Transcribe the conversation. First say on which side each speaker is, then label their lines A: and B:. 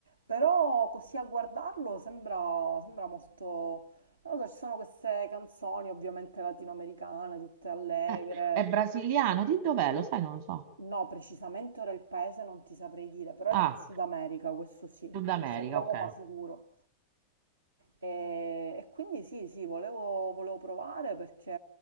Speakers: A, on the right; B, on the right.
A: Però così a guardarlo sembra, sembra molto... Non lo so, ci sono queste canzoni ovviamente latinoamericane, tutte allegre.
B: Eh, è brasiliano, di dov'è? Lo sai, non lo so.
A: No, precisamente ora il paese non ti saprei dire, però
B: Ah,
A: è del Sud America, questo sì,
B: Sud America,
A: questo è poco
B: ok.
A: ma sicuro. E, e quindi sì, sì, volevo, volevo provare perché